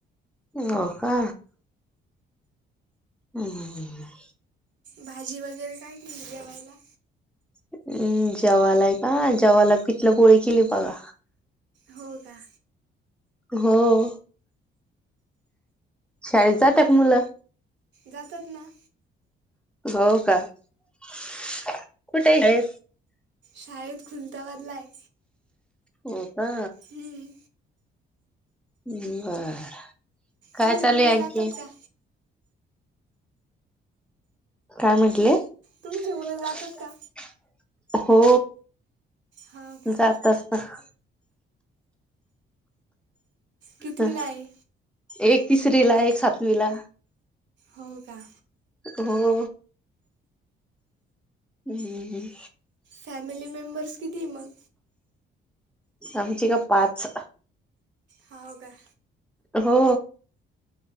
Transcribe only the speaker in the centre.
हो का. हम-हम हम्म हम्म.
हम्म जेवालाय काय जेवाला पिटलं पोळी केली बघा.
हो ओ. शाळेत जाताक मुलं.
हो का कुठे. <unintelligible>
हो का.
बरं काय
चालूय
आणखीन.
काय म्हटले.
<unintelligible>
हो
जाता. <unintelligible>
हं,
एक तिसरीला-एक सातवीला.
हो. हम्म हम्म.
आमची का पाच
हो.